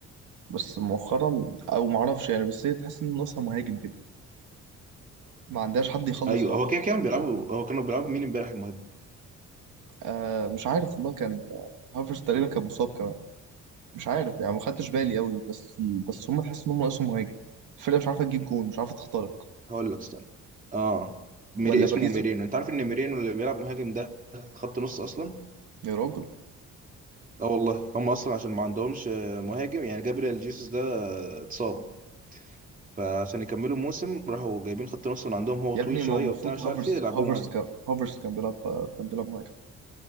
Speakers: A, on the right; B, on the right.
A: بس مؤخرا او ما اعرفش يعني بس هي تحس ان ناقصها مهاجم كده ما عندهاش حد يخلص
B: ايوه
A: خالص
B: هو كده كان بيلعبوا هو كانوا بيلعبوا مين امبارح المهاجم
A: آه مش عارف والله كان آه، هافرز تقريبا كان مصاب كمان مش عارف يعني ما خدتش بالي قوي بس بس هم تحس ان هم ناقصهم مهاجم الفرقه مش عارفه تجيب جون مش عارفه تخترق
B: هقول لك استنى اه ميري
A: ولا
B: اسمه
A: باريس
B: ميرينو انت عارف ان ميرينو اللي بيلعب مهاجم ده خط نص اصلا
A: يا راجل
B: اه والله هم اصلا عشان ما عندهمش آه، مهاجم يعني جابريال جيسوس ده آه، اتصاب فعشان يكملوا الموسم راحوا جايبين خط نص من عندهم هو
A: يا
B: طويل
A: ابني
B: شويه
A: ما هو المفروض
B: وبتاع مش
A: هافرز
B: عارف ايه يلعبوه
A: هافرز
B: مهاجم
A: كان هافرز كان بيلعب كان بيلعب مهاجم